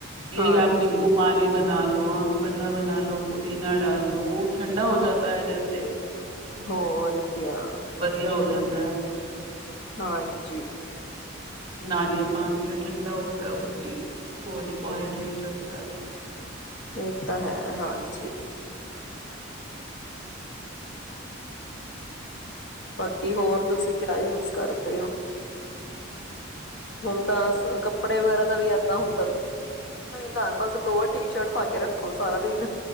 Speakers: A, on the right; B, on the left.
A: ਯਹੀ
B: ਹਾਂਜੀ
A: ਆਪ ਨਿੰਬੂ ਪਾਣੀ ਬਣਾ ਲੋ <unintelligible> ਆਮ ਪੰਨਾ ਬਣਾ ਲ ਲੋ ਪੁਦੀਨਾ ਡਾਲ ਲੋ ਠੰਡਾ ਹੋ ਜਾਤਾ ਹੈ ਜੈਸੇ
B: ਹੋਰ ਕਿਆ
A: ਵਧੀਆ ਹੋ ਜਾਂਦਾ ਹੈ
B: ਹਾਂਜੀ
A: ਨਾਰੀਅਲ ਪਾਣੀ ਹੈ ਠੰਡਾ ਹੋ ਹੈ ਉਹ ਵੀ ਬੋਡੀ ਕੋ ਹਾਈਡ੍ਰੇਟ ਰੱਖਦਾ
B: ਇਹ ਤਾਂ ਹੈ ਹਾਂਜੀ ਬਾਕੀ ਹੋਰ ਤੁਸੀਂ ਕਿਆ ਯੂਜ ਕਰਦੇ ਹੋ ਹੁਣ ਤਾਂ ਅਸ ਕੱਪੜੇ ਵਗੈਰਾ ਦਾ ਵੀ ਹੁੰਦਾ ਜ <unintelligible> ਕੋਈ ਨਾ ਬਸ ਲੋਅਰ ਟੀ ਸ਼ਰਟ ਪਾ ਕੇ ਰੱਖੋ ਸਾਰਾ ਦਿਨ